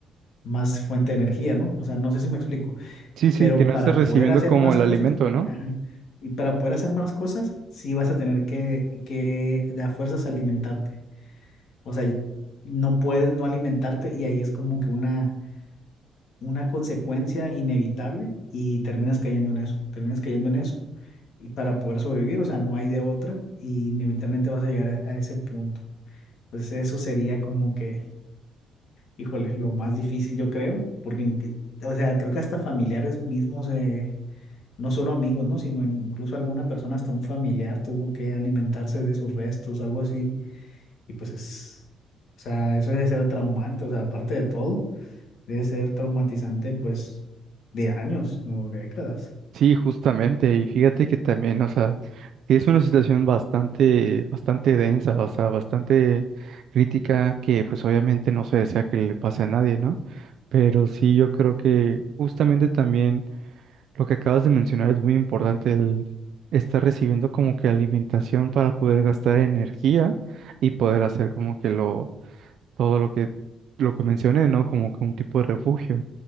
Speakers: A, on the left (about 75°); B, on the right (about 70°).
A: más fuente de energía, ¿no? O sea, no sé si me explico,
B: Sí, sí,
A: pero
B: que no
A: para
B: estés recibiendo
A: poder hacer
B: como
A: más
B: el
A: cosas,
B: alimento, ¿no?
A: ajá, Y para poder hacer más cosas, sí vas a tener que, que de a fuerzas alimentarte. O sea, no puedes no alimentarte y ahí es como que una, una consecuencia inevitable y terminas cayendo en eso, terminas cayendo en eso. Y para poder sobrevivir, o sea, no hay de otra y inevitablemente vas a llegar a, a ese punto. Pues eso sería como que, híjole, lo más difícil yo creo, porque, en que- o sea, creo que hasta familiares mismos, eh, no solo amigos, ¿no? Sino incluso alguna persona, hasta un familiar tuvo que alimentarse de sus restos, algo así. Y pues es, o sea, eso debe ser traumante, o sea, aparte de todo, debe ser traumatizante pues de años, no décadas.
B: Sí, justamente, y fíjate que también, o sea, sí es una situación bastante, bastante densa, o sea, bastante crítica, que pues obviamente no se desea que le pase a nadie, ¿no? Pero sí, yo creo que justamente también lo que acabas de mencionar es muy importante, el estar recibiendo como que alimentación para poder gastar energía y poder hacer como que lo, todo lo que, lo que mencioné, ¿no? Como que un tipo de refugio.